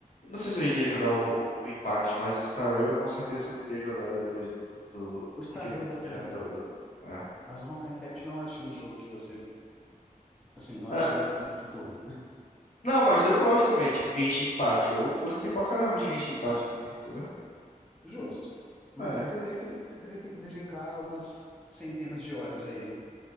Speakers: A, on the left; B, in the centre.
A: Não sei se eu iria jogar o, Ro- o Impact, mas o Star Rail com certeza
B: Não, se-
A: eu irei jogar depois do, do,
B: o Star
A: de que
B: Rail
A: eu
B: dá pra
A: finalizar
B: jogar.
A: o jogo. né?
B: Mas o Honkai Impact não é estilo de jogo que você, assim, não
A: É.
B: é estilo
A: É.
B: de de turno.
A: Não, mas eu gosto também, tipo, Genshin Impact. Eu gostei pra caramba de Genshin Impact
B: Ah,
A: também, entendeu?
B: Justo. Mas
A: É.
B: você teria que, você teria que dedicar umas centenas de horas aí.